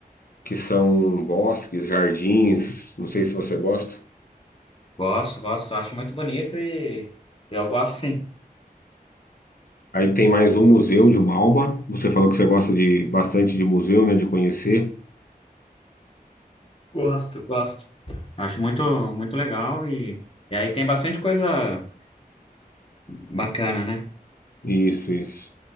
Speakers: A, on the left (about 70°); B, on the left (about 35°).
A: que são bosques, jardins, não sei se você gosta.
B: Gosto, gosto, acho muito bonito e eu gosto sim.
A: Aí tem mais um museu de Malba. Você falou que você gosta de bastante de museu, né, de conhecer.
B: Gosto, gosto. Acho muito, muito legal e, e aí tem bastante coisa bacana, né?
A: Isso, isso.